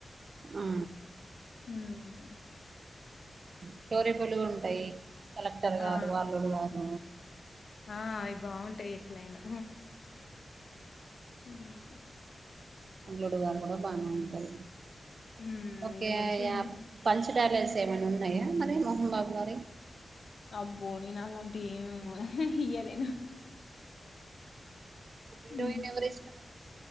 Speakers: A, on the right; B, on the left.
A: ఆ
B: హ్మ్.
A: స్టోరీ పొలుగు ఉంటాయి కలెక్టర్ గారు
B: ఆ
A: అల్లుడు గారు
B: ఆ అవి బాగుంటాయి ఎట్లయినా హ్మ్
A: అల్లుడు గారు కూడా బానే అంటారు
B: హ్మ్
A: ఓకే
B: ఇగ మంచిగుంటాయి
A: పంచ డలస్ ఏమైన్నా ఉన్నాయా మరి మోహన్ బాబు గారి
B: అబ్బో నేను అల్లాంటి ఏం ఇయ్యలేను హ్మ్
A: హీరోయిన్ ఎవరి ఇష్టం ఎ